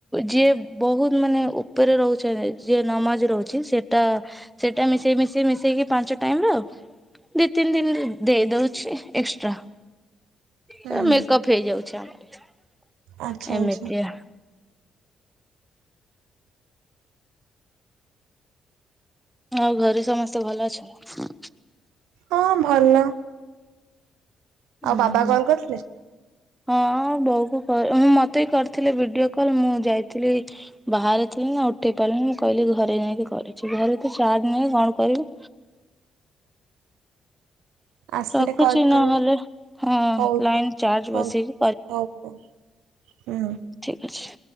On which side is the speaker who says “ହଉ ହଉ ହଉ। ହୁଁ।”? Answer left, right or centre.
Right